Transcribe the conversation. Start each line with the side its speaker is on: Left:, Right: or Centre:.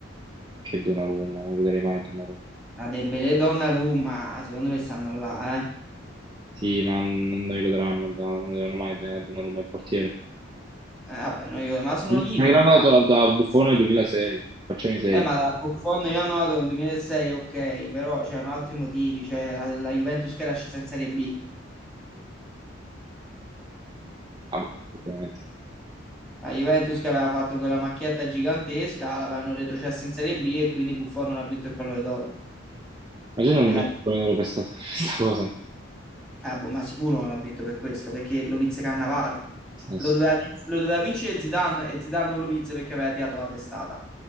Right: Che Donnarumma, non gli darei mai a Donnarumma.
Centre: A Dembélé e Donnarumma, secondo me stanno là, eh.
Right: Sì, ma non non glielo daranno, da- non glielo daranno mai a Donnarumma il portiere.
Centre: Eh, vabbè, no, io- ma sono
Right: Non
Centre: limiti.
Right: gliel'hanno
Centre: eh.
Right: dato da, da Buffone nel 2006. Facciamo i seri.
Centre: Beh, ma da Buffon io hanno dato nel 2006, ok, però c'erano altri motivi, cioè la, la Juventus che era scesa in Serie B,
Right: Ah, boh, effettivamente.
Centre: La Juventus che aveva fatto quella macchietta gigantesca, l'avevano retrocessa in Serie B e quindi Buffon non ha vinto il pallone d'oro.
Right: Immagino non
Centre: E la
Right: vincono questa, <laughs> questa cosa.
Centre: Ah, boh, ma sicuro non l'ha vinto per questo, perché lo vinse Cannavaro.
Right: Adesso.
Centre: Lo doveva, vin- lo doveva vincere Zidane e Zidane non lo vinse perché aveva tirato la testata.